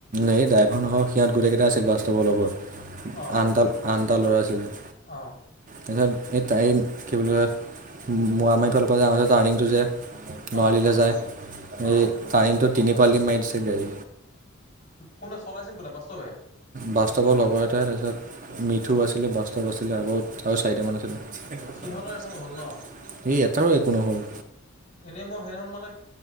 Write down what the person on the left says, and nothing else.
অ
অ'।
অ অ
অ
কোনে, চলাইছিল কোনে বাস্তৱে?
সিহঁতৰ একো নহ'ল ন
এনেই মই হেদিনাখন মানে